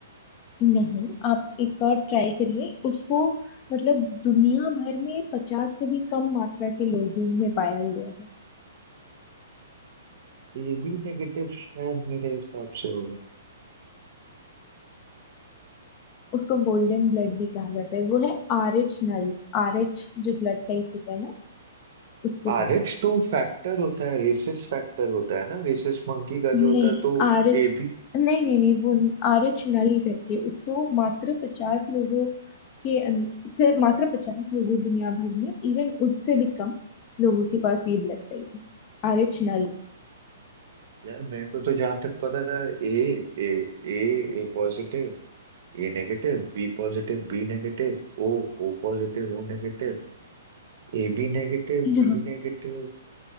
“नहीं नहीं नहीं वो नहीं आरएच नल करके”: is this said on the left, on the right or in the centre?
Left